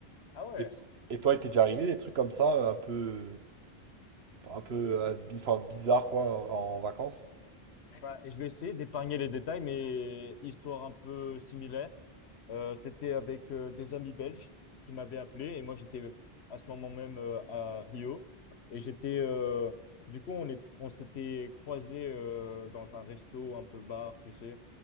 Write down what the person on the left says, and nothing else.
Ah ouais.
Ouais, et je vais essayer d'épargner les détails, mais histoire un peu similaire. Euh, c'était avec euh, des amis belges qui m'avaient appelé et moi j'étais à ce moment même euh, à Rio et j'étais euh, du coup on est on s'était croisés euh, dans un resto un peu bar tu sais